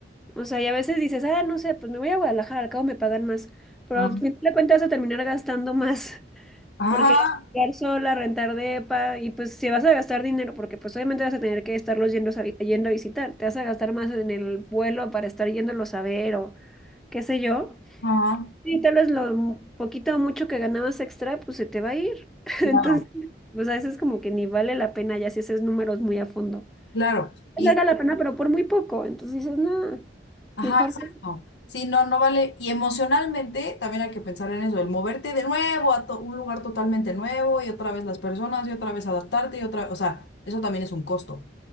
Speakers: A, in the centre; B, on the left.
A: O sea, y a veces dices, ah, no sé, pues me voy a Guadalajara, al cabo me pagan más. Pero
B: Ajá,
A: al final de cuentas vas a terminar gastando más, <laughs>
B: ajá,
A: porque ya vas a quedar sola, rentar depa, y pues si vas a gastar dinero, porque pues obviamente vas a tener que estarlos yendo a, vi- yendo a visitar, te vas a gastar más en el vuelo para estar yéndolos a ver o qué sé yo.
B: ajá,
A: Sí, tal vez lo poquito o mucho que ganabas extra, pues se te va a ir. <laughs>
B: claro,
A: Entonces, pues a veces como que ni vale la pena ya si haces números muy a fondo.
B: claro. Y,
A: Era la pena, pero por muy poco. Entonces dices, no,
B: ajá,
A: mejor.
B: exacto.
A: no".
B: Sí, no, no vale. Y emocionalmente también hay que pensar en eso, el moverte de nuevo a to- un lugar totalmente nuevo y otra vez las personas y otra vez adaptarte y otra, o sea, eso también es un costo.